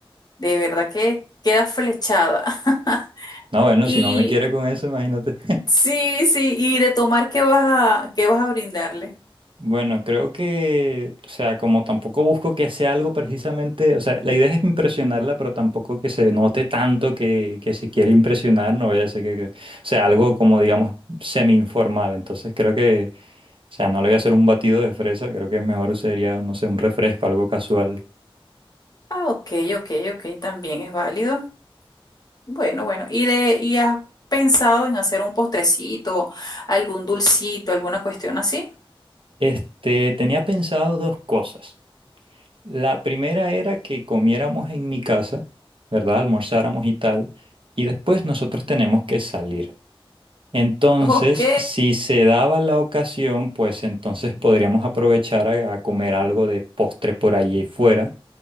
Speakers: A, on the left; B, on the right.
A: de verdad que queda flechada. <laughs>
B: No, bueno,
A: Y
B: si no me quiere con eso, imagínate.
A: sí, sí, y de tomar, ¿qué vas a, qué vas a brindarle?
B: Bueno, creo que, o sea, como tampoco busco que sea algo precisamente, o sea, la idea es impresionarla, pero tampoco que se note tanto que, que se quiere impresionar, no voy a decir que, que- o sea, algo como, digamos, semi-informal. Entonces creo que, o sea, no le voy a hacer un batido de fresa, creo que es mejor sería, no sé, un refresco, algo casual.
A: Ah, ok, ok, ok, también es válido. Bueno, bueno. ¿Y de, y has pensado en hacer un postrecito, algún dulcito, alguna cuestión así? <laughs>
B: Este, tenía pensado dos cosas. La primera era que comiéramos en mi casa, ¿verdad? Almorzáramos y tal, y después nosotros tenemos que salir. Entonces,
A: Ok.
B: si se daba la ocasión, pues entonces podríamos aprovechar a, a comer algo de postre por allí fuera.